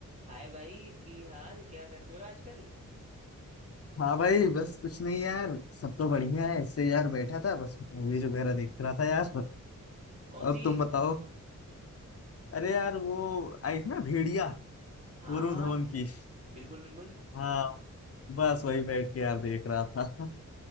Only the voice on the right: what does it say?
हाय भाई की हाल क्या कर रहे हो आजकल
कौन
सी
हाँ
हाँ
बिल्कुल बिल्कुल